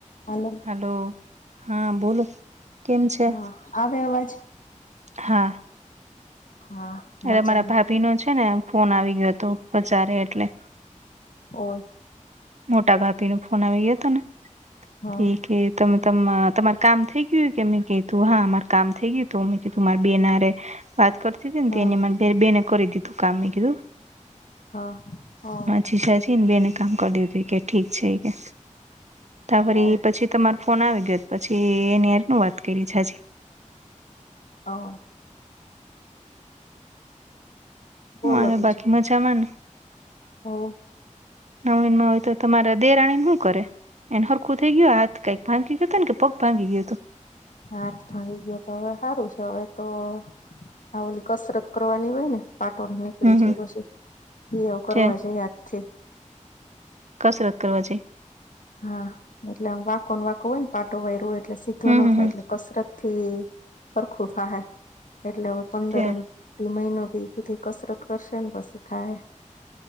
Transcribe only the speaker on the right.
hello, હા બોલો, કેમ છે?
હા.
અરે, મારા ભાભીનો છેને ફોન આવી ગયો હતો, બજારે એટલે
મોટા ભાભીનો ફોન આવી ગયો હતો ને,
ઇ કે તમે તમ તમારું કામ થઈ ગયું? કે મેં કીધું, હા મારું કામ થઈ ગયું તું મેં કીધું, મારા બેન અરે વાત કરતી હતી ને,
તેણે મને બેને કરી દીધું કામ, મેં કીધું.
છે છીન બેને કામ કરી દીધું, કે ઠીક છે, ત્યા વરી
પછી તમારો ફોન આવી ગયો, પછી એની સાથ ન વાત કરી છા જી
મારે
બાકીમાં જવાનું.
નવીનમાં હોય તો, તમારા દેરાણી હુ કરે? એને સરખું થઈ ગયું હાથ? કંઈ ભાંગી ગયું તુ ને કે પગ ભાંગી ગયો હતો?
હમ
હમ
છે
કસરત કરવા જે
હમ
હમ
હમ
છે